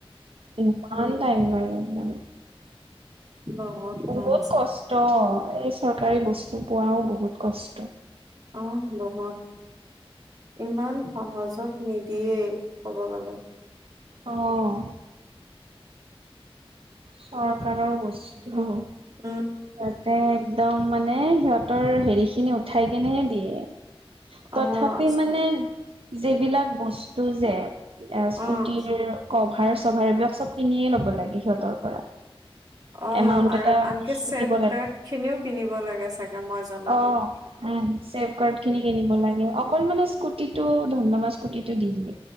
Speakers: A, on the right (about 70°); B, on the right (about 40°).
A: ইমান টাইম লাগে উম,
B: বহুত
A: বহুত
B: টান আছে।
A: কষ্ট এই চৰকাৰী বস্তু পোৱাও বহুত কষ্ট
B: অহ, বহুত ইমান সহজত নিদি দিয়েই ক'ব গলে
A: অ', চৰকাৰৰ বস্তু
B: উম।
A: তাতে একদম মানে সিহঁতৰ হেৰি খিনি উঠাই কেনে দিয়ে
B: অ',
A: তথাপি মানে যিবিলাক বস্তু যে এয়া স্কুটিৰ
B: অ',
A: কভাৰ চভাৰ এইবিলাক চব কিনিয়ে ল'ব লাগে সিহঁতৰ পৰা।
B: অ
A: এমাউন্ট
B: আৰু
A: এটা
B: আনকি ছেফগাৰ্ড
A: দিব লাগে
B: খিনিও কিনিব লাগে। চাগে মই জনাত।
A: অ উম চেফগাৰ্ড খিনি কিনিব লাগে। অকল মানে স্কুটিটো ধমনামা স্কুটিটো দি দিয়ে।